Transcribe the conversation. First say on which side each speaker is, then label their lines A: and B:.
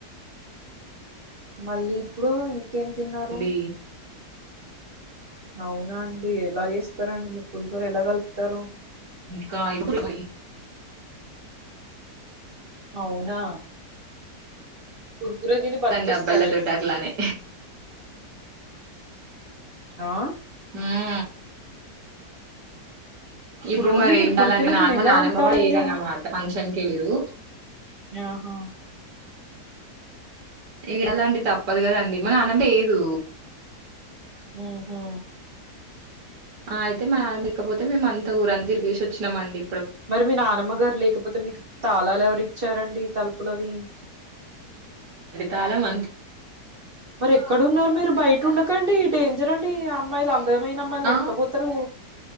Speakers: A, on the right; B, on the right.
A: మళ్ళీ ఇప్పుడు ఇంకేం తిన్నారు
B: అండి
A: అవునా అండి ఎలా చేస్తారండి మీరు పులిహోర ఎలా కలుపుతారు
B: కా ఇప్పుడుయి
A: అవునా కుర్కుర దిని బతికిస్తారా
B: అండి అబ్బాయిలతోటి
A: ఇప్పుడు
B: అట్లానే
A: ఆ
B: మ్ ఇప్పుడు
A: ఓన్లీ
B: మరి
A: మీరు
B: ఏంటాలంటే
A: కురుకురే
B: నా
A: తిని ఎలా
B: నానమ్మ
A: ఉంటారండి
B: వా వర అన్నమాట ఫంక్షన్కిళ్ళరు
A: ఆహా
B: ఇం ఎలాండి తప్పదు కదండి మన అనం ఏదు
A: మ్ హు
B: ఆ అయితే మామకపోతే మేమ అంత ఊరంతా తిరిగేసి వచ్చినామ అండి
A: మరి మీ నానమ్మ గారు లేకపోతే మీకు తాళాలు ఎవరూ ఇచ్చారండి తలుపులువి
B: తాలం వం
A: మరి ఎక్కడన్నారు మీరు బయట ఉండకండి డేంజర్ అండి మైలా అందమైన అమ్మాయిలను
B: ఆ
A: ఎత్క పోతారు